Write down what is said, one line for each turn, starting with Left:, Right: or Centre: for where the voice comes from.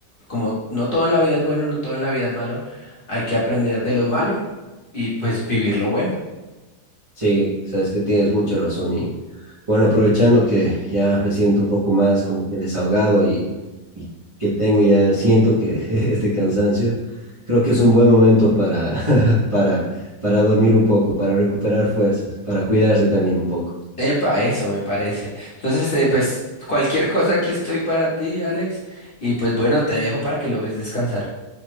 Left: como no todo en la vida es bueno, no todo en la vida es malo, hay que aprender de lo malo y pues vivir lo bueno.
Right: Sí, sabes que tienes mucha razón y Bueno, aprovechando que ya me siento un poco más como que desahogado y, y que tengo ya, siento que <laughs> este cansancio, creo que es un buen momento para, <laughs> para, para dormir un poco, para recuperar fuerzas, para cuidarse también un poco.
Left: Epa, eso me parece. Entonces, eh, pues cualquier cosa aquí estoy para ti, Alex, y pues bueno, te dejo para que logres descansar.